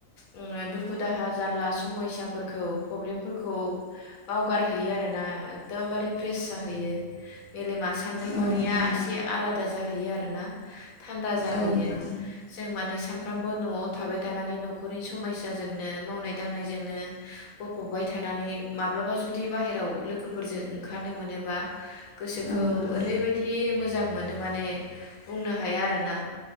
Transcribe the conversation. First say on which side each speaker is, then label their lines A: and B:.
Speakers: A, on the left; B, on the left.
A: उम दुखु दाहा जारला समयसाफोरखौ प्रब्लेमफोरखौ बावगारहैयो आरोना एकदमबारे फ्रेस जाहैयो मेलेमा साननाय हनाया
B: औ नोंथां
A: एसे आलादा जाहैयो आरो ना थान्दा जाहैयो।
B: औ नोंथां
A: जों माने सामफ्रामबो न'आव थाबाय थानानै न'खरनि समयसाजोंनो मावनाय दांनायजोंनो गफबबाय थानानै माब माब्लाबा जुदि बाहेराव लोगोफोरजों ओंखारनो मोनोबा गोसोखौ
B: औ नोंथां
A: ओरैबायदि मोज मोजां मोनो माने बुंनो हाया आरोना